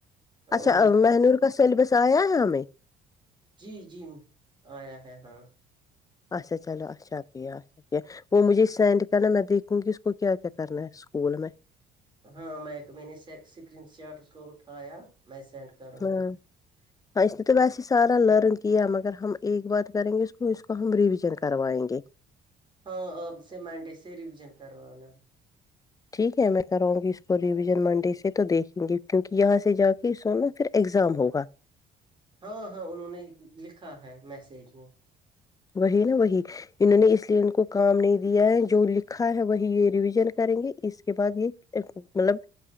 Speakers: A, on the right; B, on the left.
A: اور
B: اچھا مہنور کا سلیبس آیا ہے ہمیں
A: جی جی آیا ہے ہاں
B: اچھا چلو اچھا کیا وہ مجھے سینڈ کرنا میں دیکھوں گی اس کو کیا کیا کرنا ہے اسکول میں
A: ہاں میں میں نے اسکرین شاٹ اس کو اٹھایا میں سینڈ کروں
B: ہاں
A: گی
B: ہاں اس نے تو ویسے ہی سارا لرن کیا مگر ہم ایک بات کریں گے اس کو اس کو ہم ریویژن کروائیں گے
A: ہاں آب سے منڈے سے ریویژن کروانا
B: ٹھیک ہے میں کراؤں گی اس کو ریویژن منڈے سے تو دیکھیں گے کیونکہ یہاں سے جا کے سو نا پھر ایگزام ہوگا
A: ہاں ہاں انہوں نے لکھا ہے میسج میں
B: وہی نا وہی انہوں نے اس لیے ان کو کام نہیں دیا ہے جو لکھا ہے وہی یہ ریوژن کریں گے اس کے بعد یہ مطلب